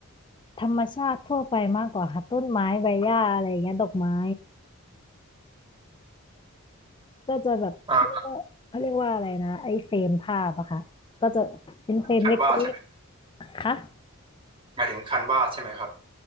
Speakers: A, on the left; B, on the right.
A: ธรรมชาติทั่วไปมากกว่าค่ะต้นไม้ใบหญ้าอะไรอย่างเงี้ยดอกไม้ก็จะแบบเขาเรียกว่าเขาเรียกว่าอะไรนะไอ้เฟรมภาพอะค่ะก็จะเป็นเฟรมเล็ก
B: อ่าคันวาดใช่ไหม
A: ๆค่ะ
B: หมายถึงคันวาดใช่ไหมครับ